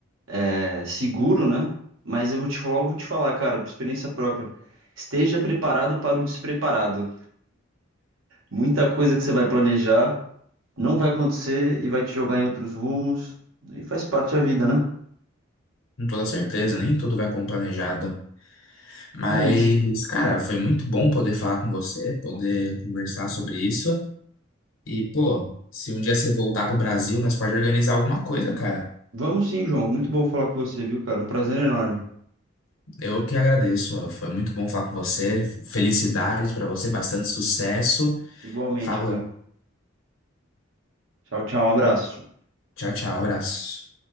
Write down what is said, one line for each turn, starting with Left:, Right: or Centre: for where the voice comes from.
Right: é, seguro, né? Mas eu vou te falar, logo vou te falar, cara, por experiência própria. Esteja preparado para o despreparado. Muita coisa que você vai planejar não vai acontecer e vai te jogar em outros rumos. E faz parte da vida, né?
Left: Com toda certeza, nem tudo vai como planejado. Mas,
Right: É isso.
Left: cara, foi muito bom poder falar com você, poder conversar sobre isso. E, pô, se um dia você voltar pro Brasil, nós pode organizar alguma coisa, cara.
Right: Vamos sim, João. Muito bom falar com você, viu, cara? Um prazer enorme.
Left: Eu que agradeço. Ó. Foi muito bom falar com você. Felicidades para você, bastante sucesso.
Right: Igualmente,
Left: Falou.
Right: cara. Tchau, tchau. Um abraço.
Left: Tchau, tchau. Abraço.